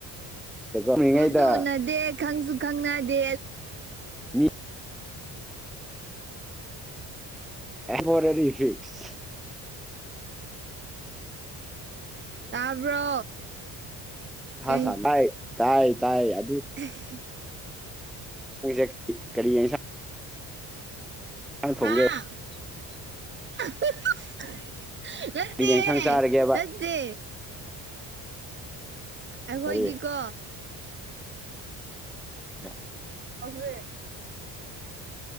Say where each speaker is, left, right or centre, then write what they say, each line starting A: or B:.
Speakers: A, in the centre; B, on the right.
A: ꯇꯨꯝꯔꯤꯉꯩꯗ
B: ꯎꯁꯨ ꯎꯅꯗꯦ ꯈꯪꯁꯨ ꯈꯪꯅꯗꯦ
A: ꯃꯤ <unintelligible> ꯐꯤꯛꯁ
B: ꯇꯥꯕ꯭ꯔꯣ
A: ꯊꯥꯁꯥ
B: ꯀꯩ
A: ꯇꯥꯏ ꯇꯥꯏ ꯇꯥꯏ ꯑꯗꯨ
B: <unintelligible>
A: <unintelligible> ꯀꯔꯤ ꯌꯦꯟꯁꯥꯡ ꯊꯣꯡꯒꯦ
B: ꯍꯥꯥ <unintelligible> ꯅꯠꯇꯦ
A: ꯀꯔꯤ ꯌꯦꯟꯁꯥꯡ ꯆꯥꯔꯒꯦꯕ
B: ꯅꯠꯇꯦ ꯑꯩꯈꯣꯏꯗꯤꯀꯣ
A: ꯀꯔꯤ <unintelligible>
B: ꯍꯧꯈ꯭ꯔꯦ